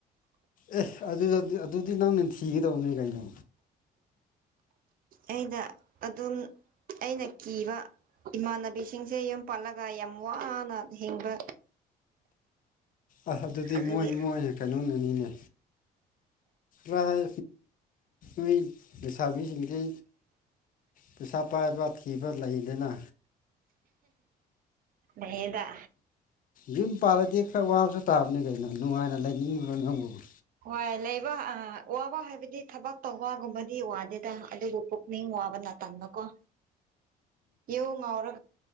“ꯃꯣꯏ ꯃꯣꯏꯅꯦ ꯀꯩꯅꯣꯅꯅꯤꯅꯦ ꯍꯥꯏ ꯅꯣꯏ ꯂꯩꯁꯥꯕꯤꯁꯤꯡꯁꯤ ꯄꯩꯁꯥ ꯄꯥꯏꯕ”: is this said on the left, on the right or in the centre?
Left